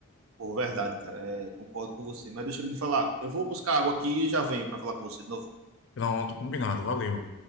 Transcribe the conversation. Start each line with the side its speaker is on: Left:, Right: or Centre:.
Right: Por verdade, cara, é, concordo com você. Mas deixa ele falar. Eu vou buscar água aqui e já venho para falar com você de novo.
Left: Pronto, combinado, valeu.